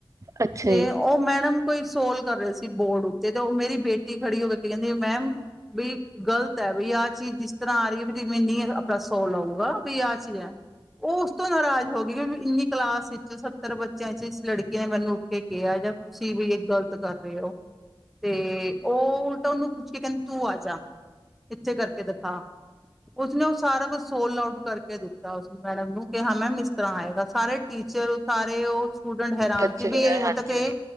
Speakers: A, on the right; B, in the centre.
A: ਅੱਛਾ
B: ਤੇ
A: ਜੀ
B: ਉਹ ਮੈਡਮ ਕੋਈ ਸੋਲ ਕਰ ਰਏ ਸੀ ਬੋਰਡ ਉੱਤੇ ਤੇ ਉਹ ਮੇਰੀ ਬੇਟੀ ਖੜੀ ਹੋ ਕੇ ਕਹਿੰਦੀ ਮੈਮ ਬਈ ਗ਼ਲਤ ਹੈ ਬਈ ਆਹ ਚੀਜ਼ ਜਿਸ ਤਰ੍ਹਾਂ ਆ ਰਹੀ ਹੈ ਵੀਵੇਂ ਨੀ ਆਪਣਾ ਸੌ ਲਊਗਾ ਬਈ ਆਹ ਚੀਜ਼ ਆ ਉਹ ਉਸ ਤੋਂ ਨਾਰਾਜ਼ ਹੋ ਗਏ ਕਿ ਇੰਨੀ ਕਲਾਸ ਵਿੱਚ ਸੱਤਰ ਬੱਚਿਆਂ ਚ ਇਸ ਲੜਕੀ ਕਿਨ ਮੈਨੂੰ ਉੱਠ ਕੇ ਕਿਹਾ ਜਾਂ ਤੁਸੀਂ ਵੀ ਇਹ ਗ਼ਲਤ ਕਰ ਰਹੇ ਹੋ ਤੇ ਉਹ ਉਲਟਾ ਉਹਨੂੰ ਪੁੱਛ ਕੇ ਕਹਿੰਦੀ ਤੂੰ ਆ ਜਾ ਇੱਥੇ ਕਰਕੇ ਦਿਖਾ ਉਸਨੇ ਉਹ ਸਾਰਾ ਕੁਛ ਸੋਲ ਆਊਟ ਕਰਕੇ ਦਿੱਤਾ ਉਸ ਮੈਡਮ ਨੂੰ ਕਿ ਹਾਂ ਮੈ ਇਸਿਸ ਤਰ੍ਹਾਂ ਆਏਗਾ ਸਾਰੇ ਟੀਚਰ ਸਾਰੇ ਉਹ ਸਟੂਡੈਂਟ ਹੈਰਾਨ
A: ਬੱਚੇ
B: ਸੀ
A: ਵਗੈਰਾ
B: ਵੀ ਇਹ
A: ਹਾਂਜੀ
B: ਹਦ ਕੇ